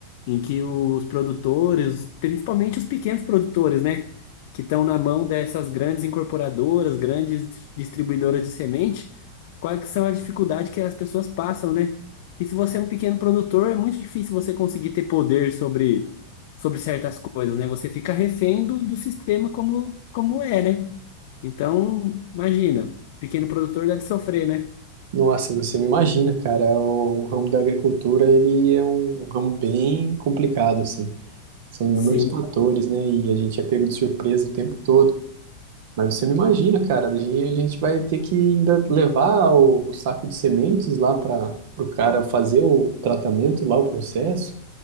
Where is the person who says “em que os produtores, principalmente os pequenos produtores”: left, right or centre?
Left